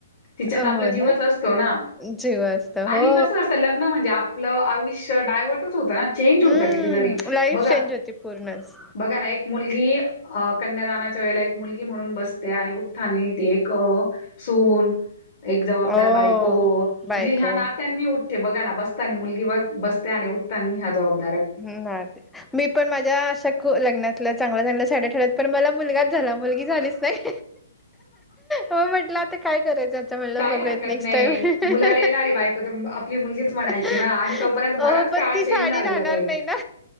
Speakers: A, in the centre; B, on the left.
A: हो
B: तिच्यात आपला जीवच
A: ना
B: असतो ना
A: जीव असत हो
B: आणि कस असत ल ग्न म्हणजे आपलं आयुष्य डायवर्टच होतं ना. चेंज होतं
A: हम्म
B: किती तरी
A: लाईफ
B: बघा
A: चेंज होती पूर्णच
B: बघा ना एक मुलगी कन्यादान च्या वेळी एक मुलगी म्हणून बसते आणि उठतानी एक सून, एक जबाबदार
A: हो
B: बायको,
A: बायको
B: म्हणजे ह्या नात्यांनी उ ते बघाना बसतानी मुलगी बस बसते आणि उठताना न्ह्या जावा मग.
A: हो ना ते मी पण माझ्या खूप लग्नातल्या चांगल्या चांगल्या साड्या ठेळ्यात पण मला मुलगाच झाला मुलगी झालीच नाही. हो म्हंटलं आता काय करायचं म्हटलं
B: काही
A: बघूयात
B: हरकत
A: नेक्स्ट
B: नाही
A: टाइम
B: मुलाला येणारी बायकोत आपली मुलगीच म्हणायची
A: हो
B: ना आणि तो तोपर्यंत बरच
A: पण
B: काळ
A: ती
B: चेंज
A: साडी
B: झालेला
A: राहणार
B: राहीलं.
A: नाही ना